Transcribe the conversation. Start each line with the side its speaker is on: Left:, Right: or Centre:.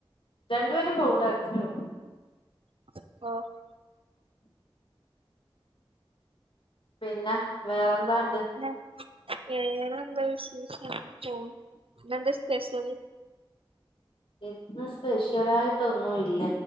Left: രണ്ടുപേരും പോകു <unintelligible>
Right: <unintelligible>
Left: പിന്നെ വേറെന്താണ്ട്
Right: പിന്നെ വേറെന്താ വിശേഷം ഇന്നെന്താ സ്പെഷ്യൽ
Left: ഇന്ന് സ്പെഷ്യലായിട്ടൊന്നുല്ല